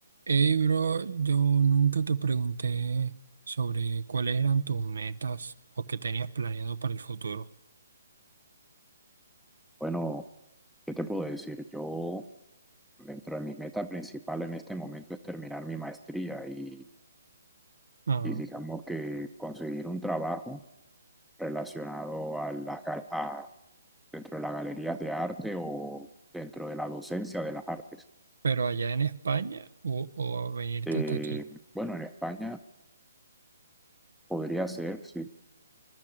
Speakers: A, on the right (about 80°); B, in the centre.
A: Hey, bro, yo nunca te pregunté sobre cuáles eran tus metas o qué tenías planeado para el futuro.
B: Bueno, ¿qué te puedo decir? Yo, dentro de mi meta principal en este momento es terminar mi maestría y,
A: Ah,
B: y digamos que conseguir un trabajo relacionado a la, ga- a- dentro de las galerías de arte o dentro de la docencia de las artes.
A: pero allá en España o, o venirte
B: Eh,
A: hasta aquí.
B: bueno, en España podría ser, sí.